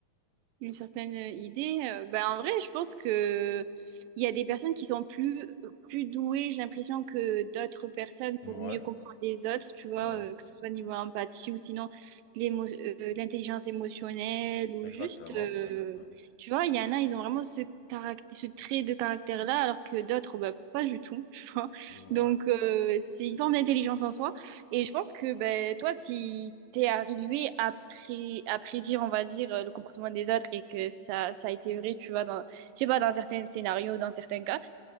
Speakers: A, on the right; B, on the left.
A: une certaine euh, idée. euh, ben, en vrai, je pense que il y a des personnes qui sont plus, euh, plus douées, j'ai l'impression, que d'autres personnes pour
B: Ouais,
A: mieux comprendre les autres, tu vois,
B: ouais,
A: euh, que ce soit niveau empathie ou sinon de l'émo- euh, de l'intelligence émotionnelle ou
B: exactement,
A: juste, euh,
B: exactement.
A: tu vois, il y en a, ils ont vraiment ce caractère, ce trait de caractère-là, alors que d'autres, bah pas du tout, <laughs> tu vois.
B: Ouais,
A: Donc, euh, c'est une forme d'intelligence en soi. Et je pense que ben, toi, si t'es arrivé à, pré à prédire, on va dire, euh, le comportement des autres et que ça, ça a été vrai, tu vois, dans, je sais pas, dans certains scénarios, dans certains cas,